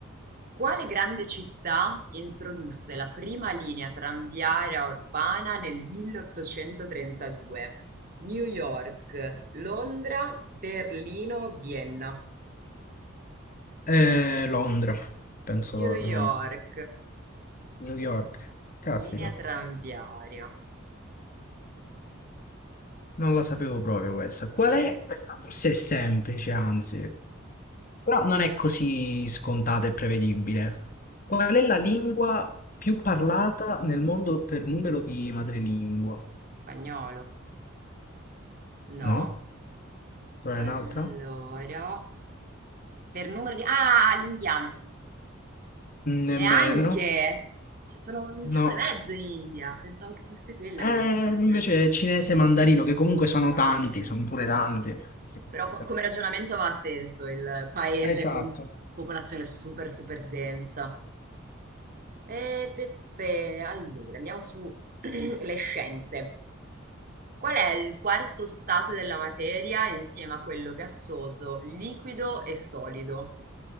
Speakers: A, on the right; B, on the left.
A: Quale grande città introdusse la prima linea tranviaria urbana nel 1832? New York, Londra, Berlino, Vienna.
B: Eh, Londra, penso,
A: New York,
B: no, New York. Caspita,
A: linea tranviaria.
B: non la sapevo proprio questa. Qual
A: Ma Io
B: è?
A: ne-
B: Questa forse è semplice, anzi, però non è così scontata e prevedibile. Qual è la lingua più parlata nel mondo per numero di madrelingua?
A: spagnolo, no?
B: No? Qual
A: Allora,
B: è un'altra?
A: per numero di... Ah, l'indiano.
B: Nemmeno.
A: Neanche? Cioè, sono un
B: No,
A: ciule e mezzo in India. Pensavo che fosse quella
B: Eh,
A: a livello di popolazione.
B: invece cinese e mandarino, che comunque sono
A: Forse mandarino.
B: tanti, sono pure tanti. Sì, sono
A: Però
B: pure
A: co-
B: tanti.
A: come ragionamento aveva senso il paese
B: Esatto.
A: con popolazione super super densa. E Peppe, allora andiamo su <clears throat> le scienze. Qual è il quarto stato della materia insieme a quello gassoso, liquido e solido?